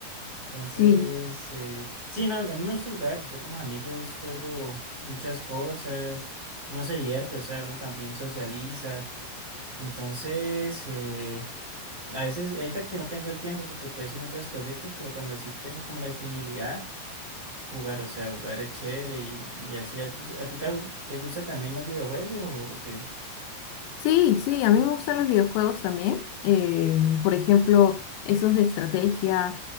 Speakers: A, on the right; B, on the left.
A: Entonces,
B: Sí.
A: eh, sí, no, a mí me gusta jugar. Yo con los amigos juego muchas cosas. Uno se divierte, o sea, uno también socializa. Entonces, eh, a veces, ahorita que no tengo el tiempo porque puedo hacer otras cositas, pero cuando sí tengo como la disponibilidad, jugar, o sea, jugar es chévere y, y así. ¿A, a ti te, te gusta también los videojuegos o, o qué?
B: Sí, sí, a mí me gustan los videojuegos también. Eh, por ejemplo, esos de estrategia,